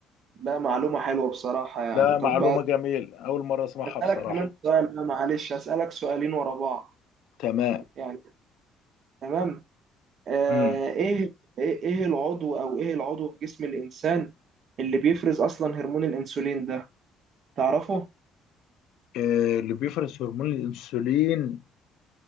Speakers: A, on the right; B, on the left.
A: لا معلومه حلوه بصراحه يعني
B: لا
A: طب
B: معلومة
A: بقى
B: جميل أول مرة أسمعها
A: اسالك
B: بصراحة
A: كمان سؤال بقى معلش اسالك سؤالين ورا بعض
B: تمام
A: يعني تمام آه،
B: مم.
A: ايه ايه إيه العضو او ايه العضو في جسم الانسان اللي بيفرز اصلا هرمون الانسولين ده تعرفه
B: آه، اللي بيفرز هرمون الأنسولين